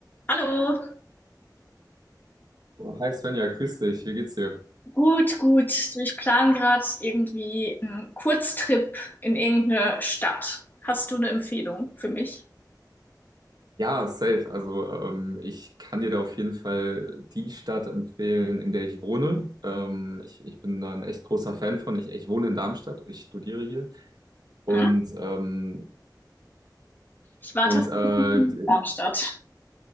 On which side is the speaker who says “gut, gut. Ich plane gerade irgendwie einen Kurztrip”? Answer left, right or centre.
Left